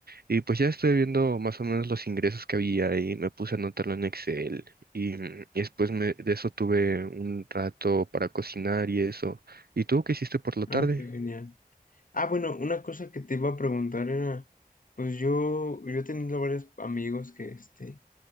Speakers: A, on the right; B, on the left.
A: y pues ya estoy viendo más o menos los ingresos que había y me puse a anotarlo en Excel y, mm, y después me- de eso tuve un rato para cocinar y eso. ¿Y tú qué hiciste por la tarde?
B: ah, qué genial. Ah, bueno, una cosa que te iba a preguntar era, pues yo, yo he tenido varios amigos que este,